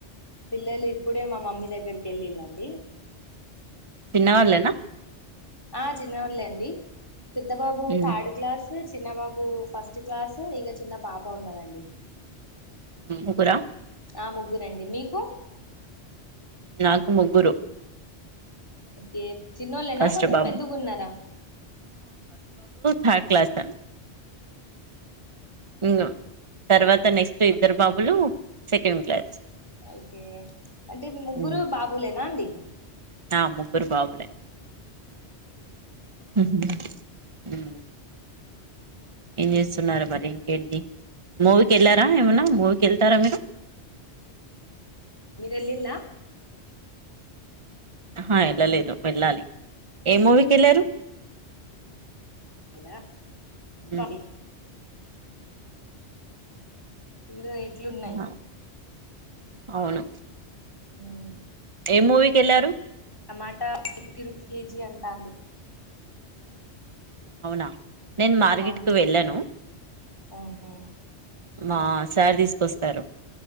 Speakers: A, on the left (about 20°); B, on the right (about 30°).
A: పిల్లలు ఇప్పుడే మా మమ్మీ దగ్గరికి వెళ్ళిళ్ళండి
B: చిన్నవాళ్ళనా
A: ఆ చిన్నవాళ్ళ అండి పెద్దబాబు
B: ఉమ్
A: థర్డ్ క్లాస్ చిన్న బాబు ఫస్ట్ క్లాస్ ఇక చిన్న పాప ఉన్నదండి
B: ముగ్గురా
A: ఆ ముగ్గురండి మీకు
B: నా ముగ్గురు
A: ఓకే చిన్నోళ్ళేనా
B: ఫస్ట్
A: కొంచెం
B: బాబు
A: పెద్దగు ఉన్నారా
B: థార్డ్ క్లాస ఇం తర్వాత నెక్స్ట్ ఇద్దరు బాబులు సెకండ్ క్లాస్
A: ఓకే అంటే ముగ్గురు
B: ఉమ్
A: బాబులేనా అండి
B: ఆ ముగ్గురు బాబులే <inaudible> ఏం చేస్తున్నారా మరి ఇంకేంటి మూవీకి వెళ్ళారా ఏమనా మూవీకి వెళ్తారా మీరు
A: మీరెళ్ళిలా
B: ఆహా వెళ్ళలేదు వెళ్ళాలి ఏ
A: వెళ్ళలే
B: మూవీకి వెళ్ళారు
A: ద
B: ఉమ్
A: బది ఇల్లు ఎట్లున్నాయి
B: ఆహా అవును
A: హ్మ్మ్
B: ఏ మూవీకి ఏళ్ళారు
A: టమాటా ఫిఫ్టీ రూపి కేజీ అంటాండు
B: అవునా నేను మార్కెట్కి
A: అవును
B: వెళ్ళాను
A: ఆహా
B: మా సార్ తీసుకొస్తారు